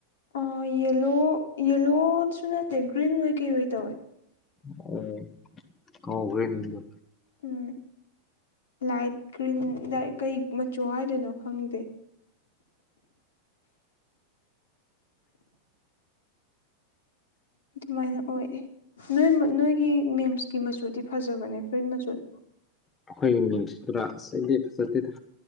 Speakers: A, on the left; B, on the left.
A: ꯑꯥ ꯌꯦꯜꯂꯣ ꯌꯦꯜꯂꯣꯁꯨ ꯅꯠꯇꯦ ꯒ꯭ꯔꯤꯟ ꯍꯣꯏ ꯀꯩ ꯑꯣꯏ ꯇꯧꯋꯦ꯫
B: ꯑꯣ ꯀꯥꯎꯒ꯭ꯔꯦꯅꯤꯗ꯫
A: ꯎꯝ ꯂꯥꯏꯠ ꯀ꯭ꯔꯤꯟ ꯂ ꯀꯩ ꯃꯆꯨ ꯍꯥꯏꯗꯣꯏꯅꯣ꯫ ꯈꯪꯗꯦ꯫ ꯑꯗꯨꯃꯥꯏꯅ ꯑꯣꯏꯌꯦ ꯅꯣꯏ ꯅꯣꯏꯒꯤ ꯃꯦꯝꯁꯀꯤ ꯃꯆꯨꯗꯤ ꯐꯖꯕꯅꯦ ꯐꯨꯔꯤꯠ ꯃꯆꯨꯗꫭ꯫
B: ꯑꯩꯈꯣꯏꯒꯤ ꯃꯤꯟꯁꯇꯗ ꯑꯁ ꯑꯩꯗꯤ ꯐꯖꯗꯦꯗ